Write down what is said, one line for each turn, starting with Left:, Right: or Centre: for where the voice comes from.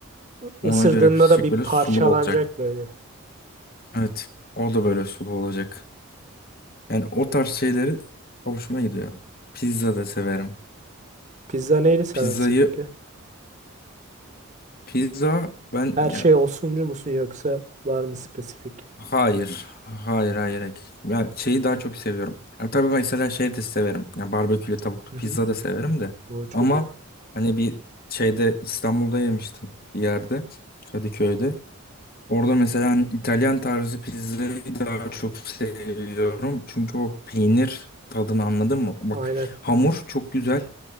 Right: I-
Left: Ona
Right: Isırdığında
Left: göre pişecek
Right: da bir
Left: böyle
Right: parçalanacak
Left: sulu olacak.
Right: böyle.
Left: Evet. O da böyle sulu olacak. Yani o tarz şeyleri hoşuma gidiyor. Pizza da severim.
Right: Pizza neyle seversin
Left: Pizzayı
Right: peki?
Left: pizza ben
Right: Her
Left: ya
Right: şey olsuncu musun yoksa var mı spesifik?
Left: hayır. Hayır hayır. hayır. Ben şeyi daha çok seviyorum. Ya tabii mesela şey de severim. Ya barbekülü tavuklu
Right: Hı
Left: pizza
Right: hı.
Left: da severim de.
Right: Bu çok
Left: Ama
Right: güzel.
Left: hani bir şeyde İstanbul'da yemiştim bir yerde Kadıköy'de. Orada mesela hani İtalyan tarzı pizzayı daha çok seviyorum. Çünkü o peynir tadını anladın mı? Bak
Right: Aynen.
Left: hamur çok güzel.